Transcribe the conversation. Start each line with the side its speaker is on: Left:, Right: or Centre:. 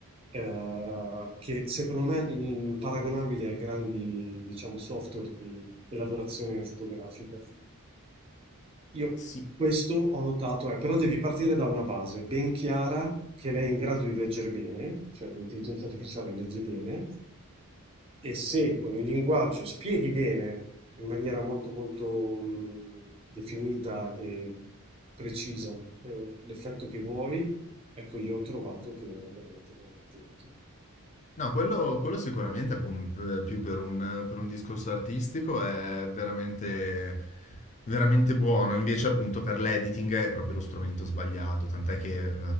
Right: eh, che secondo me mh, paragonabile ai grandi, diciamo, software di elaborazione fotografica. Io
Left: sì,
Right: questo ho notato, è, però devi partire da una base ben chiara che lei è in grado di leggere bene, cioè l'intelligenza artificiale legge bene, e se con il linguaggio spieghi bene in maniera molto molto mh, definita e precisa eh, l'effetto che vuoi, ecco, io ho trovato che è veramente veramente utile.
Left: No, quello quello sicuramente, pum p più per un per un discorso artistico è veramente veramente buono. Invece, appunto, per l'editing è proprio lo strumento sbagliato, tant'è che, ehm,